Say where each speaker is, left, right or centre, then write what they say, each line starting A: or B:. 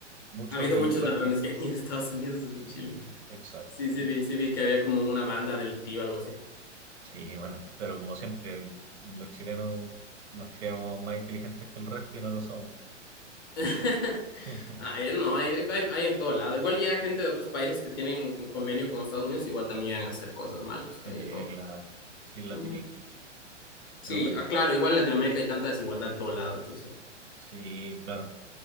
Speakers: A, on the right (about 65°); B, on the left (about 20°).
A: muchos
B: Ha habido
A: delincuentes.
B: muchos ladrones que han ido a Estados Unidos desde
A: y
B: Chile.
A: exacto.
B: Sí, sí, vi, sí, vi que había como una banda delictiva, algo así.
A: Sí, bueno, pero como siempre, los chilenos nos creemos más inteligentes que el resto y no lo somos.
B: <laughs>
A: <laughs>
B: Ay, no, hay, hay- hay en todo lado. Igual llega gente de otros países que tienen un convenio con Estados Unidos, igual también a hacer cosas malas,
A: Sí,
B: hay de todo.
A: claro, sí es la
B: Ujú.
A: típica.
B: Sí,
A: Pero bueno,
B: ah, claro, igual en Latinoamérica hay tanta desigualdad en todo lado, entonces.
A: sí, claro,